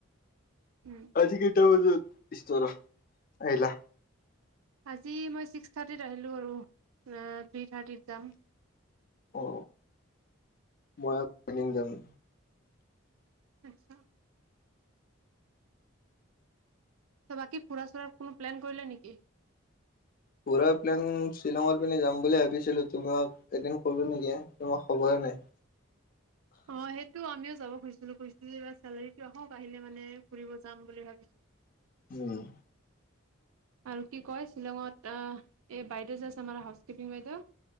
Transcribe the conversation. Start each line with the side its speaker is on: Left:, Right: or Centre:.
Right: উম।
Left: আজিকেইটা বজাত ইষ্টৰ আহিল?
Right: আজি মই ছিক্স থাৰ্টিত আহিলো আৰু থ্ৰী থাৰ্টিত যাম।
Left: অ মই- জামো।
Right: আচ্ছা। ত বাকী ফুৰা-চুৰাৰ কোনো প্লেন কৰিলে নেকি?
Left: পুৰা প্লান শ্বিলঙৰ পিনে যাম বুলি ভাবিছিলো। তোমাক এদিন কোলো নেকি এ তোমাক খবৰে নাই।
Right: অ সেইটো আমিও যাব খুজিছিলো। কছিলো এই চেলাৰীটো আহক, আহিলে মানে ফুৰিব যাম বুলি ভাবি
Left: উম।
Right: আৰু কি কয় শ্বিলঙত, অ এই বাইদেউ যে আছে আমাৰ হাউচ টিপিং বাইদ